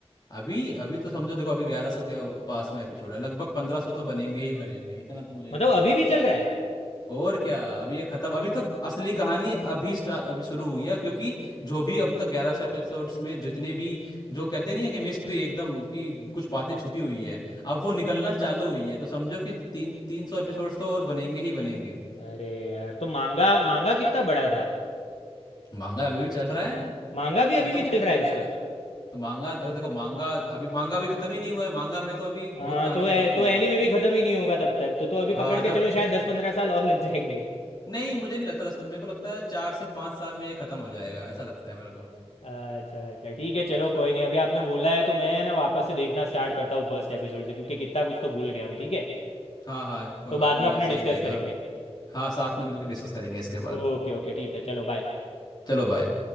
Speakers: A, on the left; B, on the left.
A: अभी अभी तो समझो देखो अभी ग्यारह सौ के पास में एपिसोड है लगभग पंद्रह सौ तो बनेंगे ही बनेंगे इतना तो मुझे ही
B: मतलब
A: पता
B: अभी
A: है
B: भी चल रहा है
A: और क्या अभी ये खत्म अभी तो असली कहानी अभी स्टा- अभी शुरू हुई है क्योंकि जो भी अब तक ग्यारह सौ एपिसोड्स में जितने भी जो कहते नहीं है कि मिस्ट्री एकदम कि कुछ बातें छुपी हुई है अब वो निकलना चालू हुई है तो समझो कि तीन तीन सौ एपिसोड्स तो और बनेंगे ही बनेंगे
B: अरे यार तो मांगा मांगा कितना बड़ा था
A: मांगा अभी भी चल रहा है
B: मांगा भी अभी
A: मैं तो
B: भी चल रहा है उसका
A: तो मांगा देखो देखो, मांगा अभी मांगा अभी खत्म ही नहीं हुआ है मांगा में तो अभी
B: हाँ
A: बहुत कहानियां
B: तो ए,
A: बाकी
B: तो
A: है
B: एनीमे भी खत्म ही नहीं होगा तब तक तो तो अभी
A: हाँ
B: पकड़ के
A: जब
B: चलो शायद दस पंद्रह साल और लग जाएंगे
A: नहीं मुझे नहीं लगता दस पंद्रह मेरे को लगता है चार से पाँच साल में ये खत्म हो जाएगा ऐसा लगता है मेरे को
B: अच्छा अच्छा ठीक है चलो कोई नहीं अभी आपने बोला है तो मैं ना वापस से देखना स्टार्ट करता हूँ फर्स्ट एपिसोड से क्योंकि कितना कुछ तो भूल गया हूँ ठीक है
A: हाँ हाँ कोई
B: तो
A: बात
B: बाद
A: नहीं
B: में अपने
A: ये सही
B: डिस्कस
A: रहेगा
B: करेंगे
A: हाँ साथ में मिलकर डिस्कस करेंगे इसके बाद
B: ओके ओके ठीक है चलो बाय
A: चलो बाय